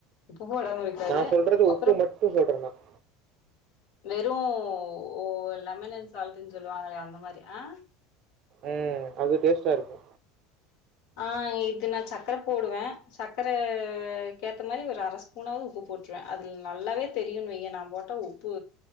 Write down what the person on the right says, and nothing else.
நான் சொல்றது உப்பு
மட்டும் சொல்றேன் நான்
ஆ அது டேஸ்ட்டா இருக்கு